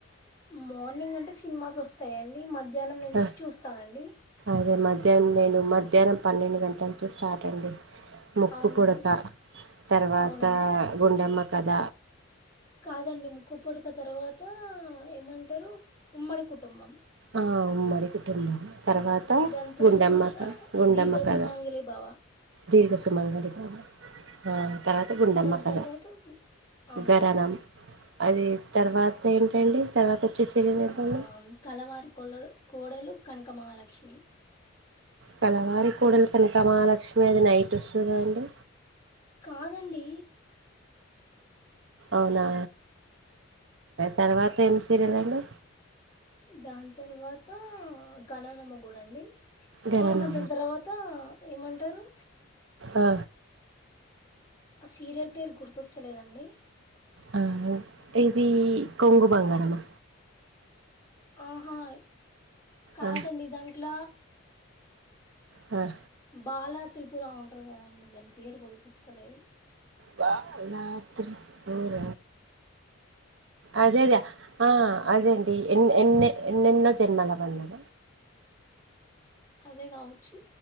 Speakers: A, on the left; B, on the right.
A: మార్నింగ్ అంటే సినిమాస్ వస్తాయండి. మధ్యాహ్నం నుంచి
B: ఆహ్,
A: చూస్తానండి.
B: అదే మధ్యాహ్నం నేను మధ్యాహ్నం పన్నెండు గంటల నుంచి స్టార్ట్ అండి. ముక్కు
A: అవునండి
B: పుడక తర్వాత
A: అవునండి
B: గుండమ్మ కథ
A: కాదండి ముక్కు పుడక తర్వాత ఏమంటరు ఉమ్మడి కుటుంబం
B: ఆ ఉమ్మడి కుటుంబం తర్వాత
A: దాని తర్వాత
B: గుండమ్మక గుండమ్మ
A: దీర్ఘసుమంగిలి
B: కథ
A: భవ
B: దీర్ఘ సుమంగళి ఆ తర్వా త గుండమ్మ
A: దాని
B: కథ
A: తర్వాత ఆ,
B: గరణం అది తర్వాత ఏంటండి తర్వాత వచ్చే సీరియల్ ఏంటండి
A: ఆ కలవారి కోల కోడలు కనకమహాలక్ష్మి
B: కలవారి కోడలు కనకమహాలక్ష్మి అది నైట్ వస్తది కదండి.
A: కాదండి
B: అవునా తర్వాత ఏం సీరియల్ అండి
A: దాని తర్వాతా ఘనానమొగుడండి
B: ఘరానా
A: ఆహా దాని తర్వాత ఏమంటరు
B: ఆ
A: ఆ సీరియల్ పేరు గుర్తొస్తలేదండి.
B: ఆ ఇది కొంగు బంగారమా
A: ఆహా కాదండి
B: ఆ
A: దాంట్ల
B: ఆ
A: బాలా త్రిపుర ఉంటారు కదాండి దాని పేరు గుర్తొస్తలేదు.
B: బాల త్రిపుర అదేదే ఆ అదండీ ఎన్ ఎన్నే ఎన్నెన్నో జన్మల బంధం
A: అదే కావచ్చు